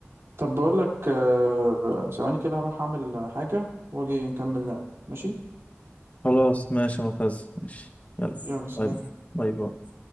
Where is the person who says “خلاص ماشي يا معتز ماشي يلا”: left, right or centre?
Left